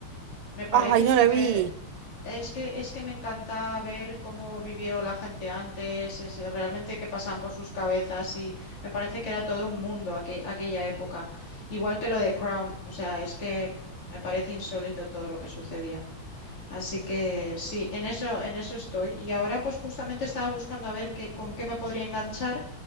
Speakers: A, on the left (about 85°); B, on the right (about 80°).
A: Me parece
B: Ay, no
A: súper...
B: la vi.
A: Es que, es que me encanta ver cómo vivió la gente antes, ese- realmente qué pasaban por sus cabezas y me parece que era todo un mundo aque- aquella época. Igual que lo de Crown, o sea, es que me parece insólito todo lo que sucedía. Así que sí, en eso, en eso estoy. Y ahora pues justamente estaba buscando a ver qué, con qué me podría enganchar